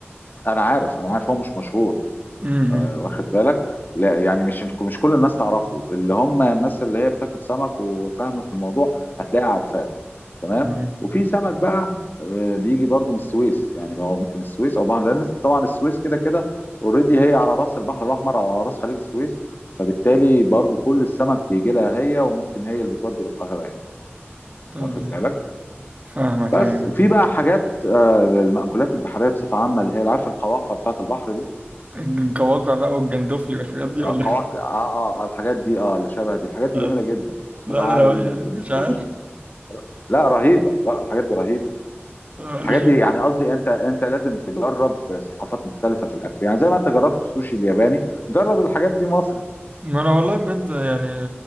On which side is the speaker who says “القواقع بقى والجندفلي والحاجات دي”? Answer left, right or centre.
Right